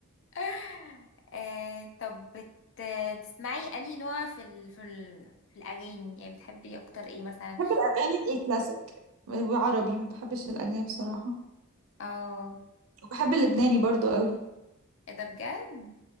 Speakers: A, on the left; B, on the right.
A: <laughs> آه طب بت... تسمعي انهي نوع في ال... في, ال... في الاغاني يعني بتحبي اكتر ايه مثلا
B: بحب الاغاني الكلاسيك وعربي ما بحبش الاجنبي بصراحه
A: اه آه،
B: وبحب اللبناني برضو قوي
A: ايه ده بجد